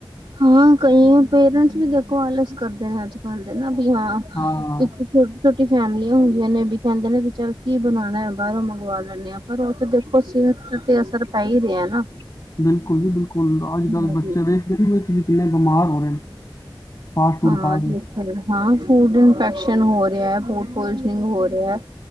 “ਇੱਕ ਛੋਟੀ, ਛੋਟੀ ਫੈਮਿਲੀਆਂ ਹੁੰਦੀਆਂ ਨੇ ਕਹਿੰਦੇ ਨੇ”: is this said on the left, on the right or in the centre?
Right